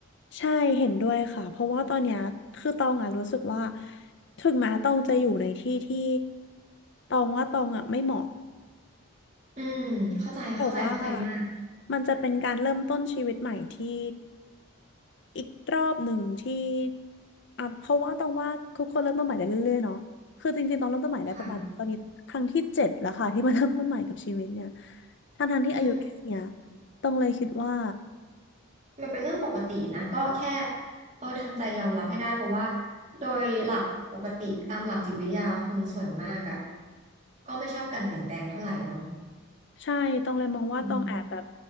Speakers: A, on the left; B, on the right.
A: ใช่เห็นด้วยค่ะเพราะว่าตอนเนี้ยคือตองอ่ะรู้สึกว่าถึงแม้ตองจะอยู่ในที่ที่ตองว่าตองอ่ะไม่เหมาะ
B: อืมเข้าใจเข้าใจเข้าใจมาก
A: แต่ว่ามันจะเป็นการเริ่มต้นชีวิตใหม่ที่อีกรอบหนึ่งที่อ่ะเพราะว่าตองว่าทุกคนเริ่มต้นใหม่ได้เรื่อยๆเนาะคือจริงๆตองเริ่มต้นใหม่ได้ประมาณตอนนี้ครั้งที่เจ็ดแล้วค่ะที่มาเริ่มต้นใหม่กับชีวิตเนี่ย
B: ค่ะ
A: ทั้งๆที่อายุแค่เนี้ย
B: อืม
A: ตองเลยคิดว่า
B: มันเป็นเรื่องปกตินะ ก็แค่เออทำใจยอมรับให้ได้เพราะว่าโดยหลักปกติตามหลักจิตวิทยาคนส่วนมากอ่ะก็ไม่ชอบการเปลี่ยนแปลงเท่าไหร่เนาะ
A: ใช่ตองเลยมองว่าตองแอบแบบ
B: อืม